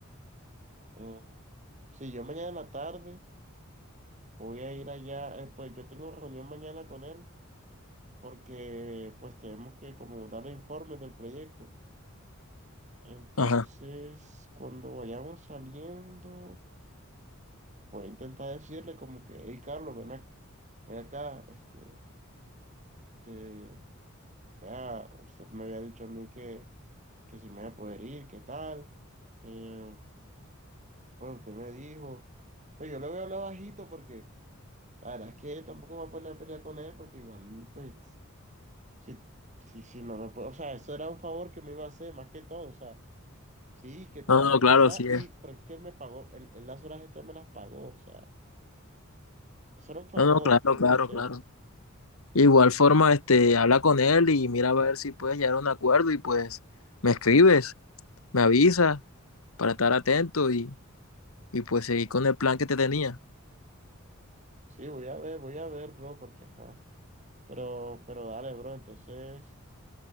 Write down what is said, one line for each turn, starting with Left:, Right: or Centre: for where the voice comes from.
Right: eh, sí, yo mañana en la tarde voy a ir allá, eh, pues yo tengo reunión mañana con él porque pues tenemos que como darle informes del proyecto. Entonces,
Left: Ajá.
Right: cuando vayamos saliendo... Voy a intentar decirle como que, hey Carlos, ven, ac- ven acá, este, te, vea, usted me había dicho a mí que, que si me iba a poder ir, qué tal. Eh, pues usted me dijo, pues yo le voy a hablar bajito porque la verdad es que tampoco me voy a poner a pelear con él porque igual, pues, si, si, si no me puedo, o sea, eso era un favor que me iba a hacer más que todo, o sea, sí, que trabajé
Left: No, no, claro,
Right: más
Left: sí
Right: y,
Left: es.
Right: pero es que él me pagó, él, él las horas extras me las pagó, o sea, eso era un favor
Left: No, no, claro,
Right: que me
Left: claro,
Right: iba a hacer.
Left: claro. Igual forma, este, habla con él y mira a ver si puedes llegar a un acuerdo y pues me escribes, me avisas para estar atento y, y pues seguir con el plan que te tenía.
Right: Sí, voy a ver, voy a ver, bro, porque ajá. Pero, pero dale, bro, entonces,